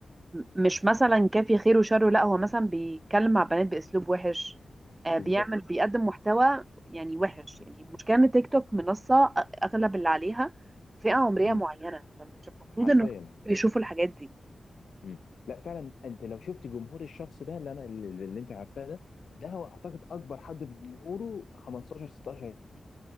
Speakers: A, on the right; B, on the left.
A: مش مثلا كافي خير وشره لا هو مثلا بيتكلم مع بنات باسلوب وحش آه،
B: بالظبط
A: بيعمل بيقدم محتوى يعني وحش
B: مم.
A: يعني المشكله ان تيك توك منصه أ- اغلب اللي عليها فئه عمريه
B: امم
A: معينه فمش المفروض
B: حرفيا
A: ان هم يشوفوا الحاجات دي
B: امم لا فعلا انت لو شفت جمهور الشخص ده اللي انا اللي اللي انت عارفاه ده ده هو اعتقد اكبر حد في جمهوره 15 16